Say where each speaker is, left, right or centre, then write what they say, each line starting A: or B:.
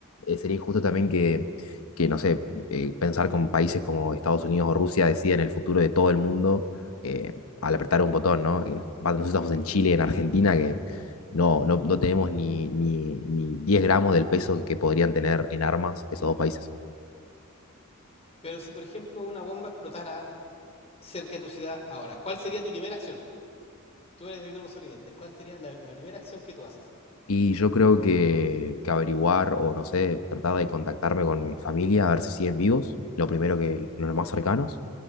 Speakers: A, on the left; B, on the left.
A: eh, sería injusto también que, que, no sé, eh, pensar con países como Estados Unidos o Rusia deciden el futuro de todo el mundo eh, al apretar un botón, ¿no? Y nos- aparte nosotros estamos en Chile, en Argentina, que no, no, no tenemos ni, ni, ni 10 gramos del peso que podrían tener en armas esos dos países.
B: Pero si, por ejemplo, una bomba explotara cerca de tu ciudad ahora, ¿cuál sería tu primera acción? Tú eres del grupo Oriente, ¿cuál sería la, la primera acción que tú haces?
A: Y yo creo que, que averiguar o no sé, tratar de contactarme con mi familia a ver si siguen vivos, lo primero que los más cercanos.